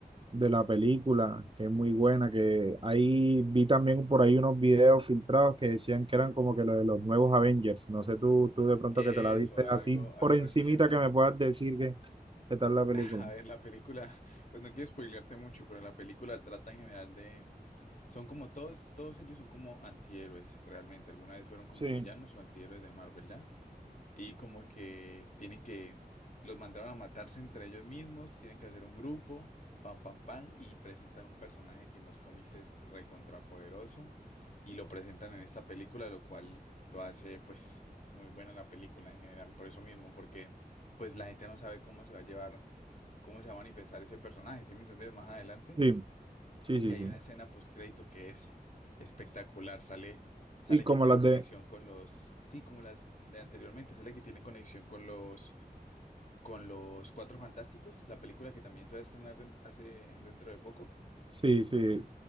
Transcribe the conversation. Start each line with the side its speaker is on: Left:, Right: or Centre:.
Right: de la película, que es muy buena, que ahí vi también por ahí unos videos filtrados que decían que eran como que lo de los nuevos Avengers. No sé tú, tú de pronto
Left: Eso,
Right: que te la viste
Left: algo,
Right: así
Left: algo
Right: por encimita
Left: así, ajá.
Right: que me puedas decir que, qué tal la película.
Left: <laughs> A ver, la película, <laughs> pues no quiero spoilearte mucho, pero la película trata en general de, son como todos, todos ellos son como antihéroes, realmente. Alguna vez fueron como
Right: Sí,
Left: villanos o antihéroes de Marvel, ¿ya? y como que tienen que, los mandaron a matarse entre ellos mismos, tienen que hacer un grupo, pam, pam, pam, y presentan un personaje que en los cómics es recontrapoderoso y lo presentan en esta película, lo cual lo hace pues muy buena la película en general, por eso mismo, porque pues la gente no sabe cómo se va a llevar, cómo se va a manifestar ese personaje, ¿sí me entendés? Más adelante.
Right: Sí, sí,
Left: Y
Right: sí,
Left: hay
Right: sí.
Left: una escena postcrédito que es espectacular. Sale, sale
Right: Y como
Left: que tienen
Right: las
Left: conexión
Right: de...
Left: con los, sí, como las de anteriormente, sale que tienen conexión con los, con los Cuatro Fantásticos, la película que también se va a estrenar den- hace dentro de poco.
Right: Sí, sí,